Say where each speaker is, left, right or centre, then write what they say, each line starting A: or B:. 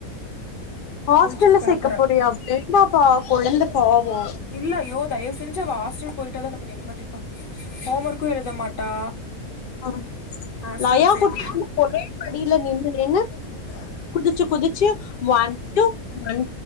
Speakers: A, on the left; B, on the left.
A: ஹாஸ்டல்ல
B: முழிச்சுட்டு பாக்குறே
A: சேக்க போறியா <unintelligible> இந்தப்பா கொழந்த பாவோ
B: இல்ல யோ தயவ் செஞ்சி அவ ஷாஸ் ஸ்டல் போயிட்டா தா நாங்க நிம்மதிப்பா ஹோம் ஒர்க்கு எழுத மாட்டா
A: ஆஹ்
B: ஹாஸ்டல்
A: லயாக்குட்டி
B: சேத்தி
A: ஒரே படியில நின்னு நின்னு குதிச்சி குதிச்சு ஒன் டூ ஒன்